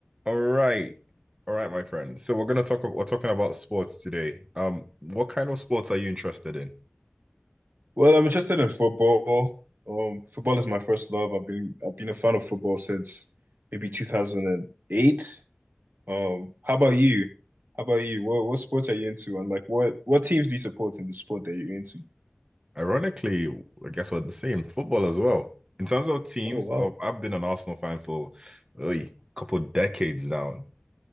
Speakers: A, on the right; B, on the right.
A: All right. All right, my friend. So we're gonna talk we're talking about sports today. Um, what kind of sports are you interested in?
B: Well, I'm interested in football. Um, football is my first love. I've been I've been a fan of football since maybe 2008. Um, how about you? How about you? What what sports are you into, and like what what teams do you support in the sport that you're into?
A: Ironically, I guess we're the same, football as well. In terms of teams,
B: Oh wow.
A: um, I've been an Arsenal fan for a couple decades now.